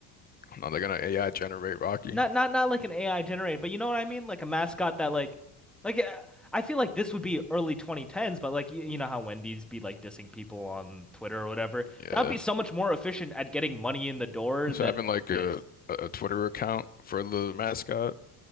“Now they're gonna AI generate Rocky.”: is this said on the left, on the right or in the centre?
Left